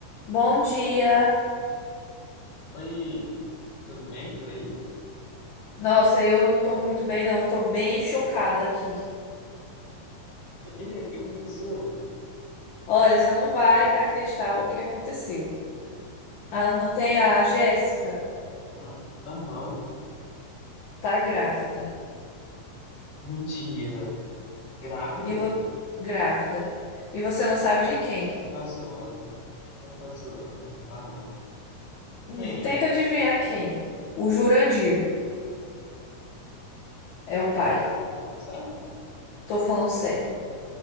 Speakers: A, on the left; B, on the left.
A: Bom dia.
B: Oi, tudo bem por aí?
A: Nossa, eu não tô muito bem, não. Eu tô bem chocada aqui.
B: Ei, o que aconteceu?
A: Olha, você não vai acreditar o que aconteceu. Ah, não tem a Jéssica?
B: Ah, Aham,
A: Tá grávida.
B: mentira. Grávida?
A: E vo... Grávida. E você não sabe de quem?
B: Você tá zoando. Você tá zoando, não tá não.
A: Hum,
B: Quem?
A: tenta adivinhar quem. O Jurandir é o pai.
B: Tá falando sério?
A: Tô falando sério.